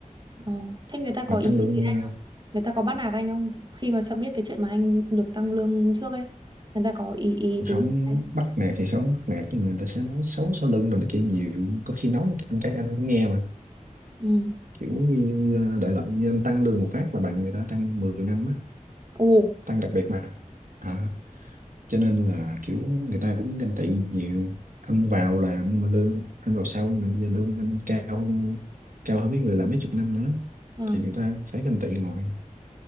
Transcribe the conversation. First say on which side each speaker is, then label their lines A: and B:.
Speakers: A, on the right; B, on the right.
A: Ờ. Thế người ta có
B: mà
A: ý
B: tăng lương
A: gì? người ta có bắt nạt anh không khi mà sao biết cái chuyện mà anh được tăng lương trước ấy người ta có ý ý
B: ờ,
A: tứ
B: không
A: gì không?
B: bắt nạt thì không bắt nạt nhưng mà người ta sẽ nói xấu sau lưng rồi này kia nhiều có khi nói anh cái anh cũng nghe mà
A: ừ
B: kiểu như ờ, đại loại như anh tăng lương một phát là bằng người ta tăng 10 năm á
A: ồ
B: tăng đặc biệt mà à, cho nên là kiểu người ta cũng ganh tị nhiều anh vào làm nhưng mà lương anh vào sau nhưng mà bây giờ lương anh cao hơn- cao hơn mấy người làm mấy chục năm nữa
A: à.
B: thì người ta phải ganh tị ngồi